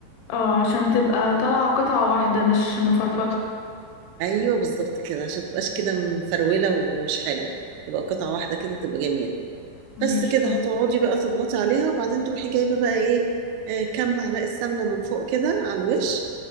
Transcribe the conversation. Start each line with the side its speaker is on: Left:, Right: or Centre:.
Left: اه عشان تبقى طالعة قطعة واحدة مش مفرفطة
Right: ايوه بالظبط كده عشان تبقاش كده مفروله ومش حلو تبقى قطعه واحده كده تبقى جميله
Left: ماشي
Right: بس كده
Left: تمام
Right: هتقعدي بقى تضغطي عليها وبعدين تروحي جايبه بقى ايه آه، كام معلقه سمنه من فوق كده على الوش